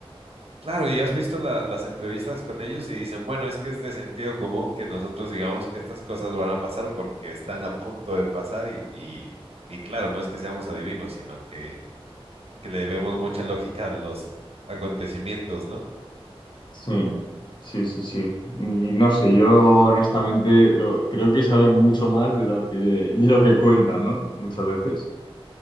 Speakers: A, on the right; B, on the left.
A: Claro, y has visto la- las entrevistas con ellos y dicen, bueno, es que es de sentido común que nosotros digamos que estas cosas van a pasar porque están a punto de pasar y, y, y claro, no es que seamos adivinos, sino que que le vemos mucha lógica a los acontecimientos, ¿no?
B: Sí, sí, sí, sí. Y no sé, yo honestamente lo, creo que saben mucho más de lo que, de lo que cuentan, ¿no? Muchas veces.